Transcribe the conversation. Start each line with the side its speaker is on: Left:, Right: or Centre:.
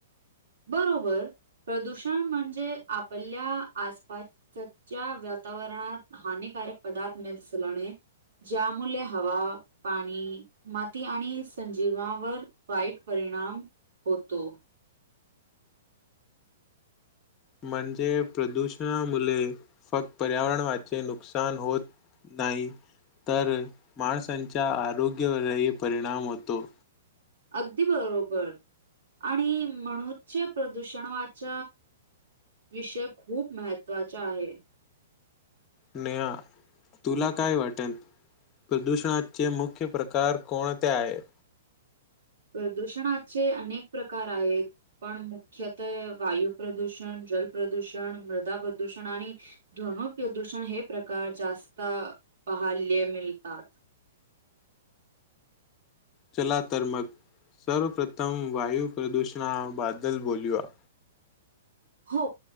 Right: बरोबर प्रदूषण म्हणजे आपल्या आसपासच्या वातावरणात हानिक पदार्थ म दिसलणे ज्यामुळे हवा पाणी माती आणि संजीववर वाईट पर परिणाम होतो
Left: म्हणजे प्रदूषणामुळे फक्त पर्यावरणाचे नुकसान होत नाही तर माणसांच्या आरोग्यावरही परिणाम होतो
Right: अगदी बरोबर आणि म्हणूनचचे प्रदूषणावाच विषय खूप महत्त्वाचा आहे
Left: नहा तुला काय वाटेल प्रदूषणाचे मुख्य प्रकार कोणते आहेत
Right: प्रदूषणाचे अनेक प्रकार आहेत पण मुख्यत वायू प्र्रदूषण जल प्र्रदूषण मृदा प्रदूषण आणि ध्वनु प्रदूषण हे प्रकार जास्त बहल्य मिलतात
Left: चला तर मग सर्वप्रथम वायु प्रदूषणा बादल बोलया
Right: हो